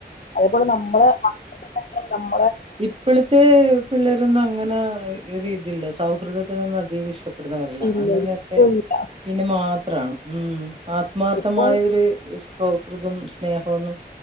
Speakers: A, on the left (about 55°); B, on the right (about 35°).
A: അതേപോലെ നമ്മള് നമ്മ
B: ഇപ്പോളത്തെ പിള്ളേരൊന്നും അങ്ങനെ ഒരു ഇതില്ല സ്‌കു സൗഹൃദത്തിൽ ഒന്നും അധികം ഇഷ്ട പ്പെടുന്നവരല്ല
A: ഇല്ല
B: അന്ന നേരത്തെ
A: ഇപ്പൊ ഇല്ല
B: പിന്നെ മാത്രമാണ് ഉ ആത്മാർത്ഥമായ
A: ഇപ്പൊ
B: ഒരു സൗഹൃദം സ്നേഹമൊന്നും